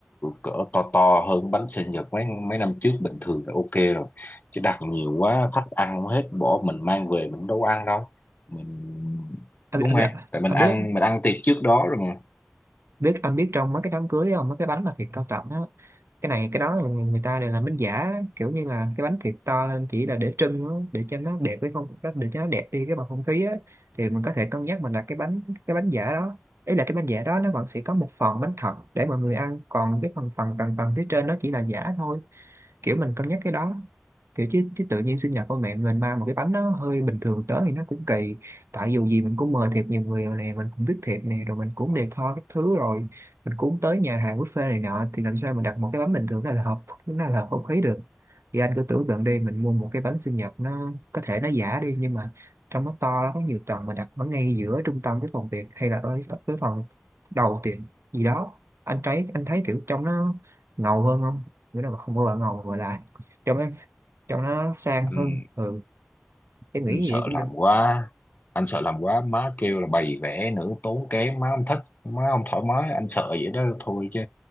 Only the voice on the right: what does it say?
anh,
anh,
anh
biết
biết anh biết trong mấy cái đám cưới không mấy cái bánh mà thiệt cao trọng á cái này cái đó là người người ta đều làm bánh giả kiểu như là cái bánh thiệt to lên chỉ là để trưng á, để cho nó đẹp với không đó, để cho nó đẹp đi cái bầu không khí á thì mình có thể cân nhắc mình đặt cái bánh cái bánh giả đó ý là cái bánh giả đó nó vẫn sẽ có một phần bánh thật để mọi người ăn còn cái phần phần tầng tầng phía trên nó chỉ là giả thôi kiểu mình cân nhắc cái đó kiểu chứ chứ tự nhiên sinh nhật của mẹ mình mang một cái bánh nó hơi bình thường tới thì nó cũng kỳ tại dù gì mình cũng mời thiệt nhiều người rồi nè mình cũng viết thiệp nè rồi mình cũng
decor các thứ rồi mình cũng tới nhà hàng buffet này nọ thì làm sao mình đặt một cái bánh bình thường đó là hợp nó là hợp không khí được thì anh cứ tưởng tượng đi mình mua một cái bánh sinh nhật nó có thể nó giả đi nhưng mà trong nó to nó có nhiều tầng mình đặt ở ngay giữa trung tâm cái phòng tiệc hay là ở cái phòng đầu tiệc gì đó anh thấy anh thấy kiểu trong nó ngầu hơn không nghĩa là không có gọi là ngầu gọi là trong nó trong nó sang
hơn ừ em nghĩ
gì cũng
được